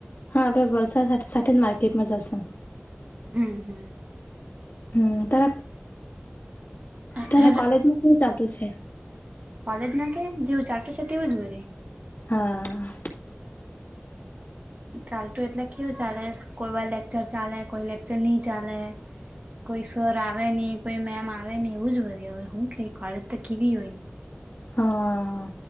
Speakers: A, on the left; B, on the right.
A: હા, આપડે વલસાડ હાથે સાથે જ માર્કેટમાં જાશું.
B: હમ હમ
A: હમ, તારા
B: અ
A: તારા
B: હેલો,
A: કોલેજમાં કેવું ચાલતું છે
B: કોલેજમાં કે જેવું ચાલતું શે તેવું જ વરી.
A: હા.
B: ચાલતું એટલે કેવું ચાલે કોઈ વાર લેકચર ચાલે કોઈ લેક્ચર ની ચાલે. કોઈ સર આવે ની, કોઈ મેમ આવે ની એવું જ વરી હવે હું કે, કોલેજ તો કેવી હોય?
A: હન,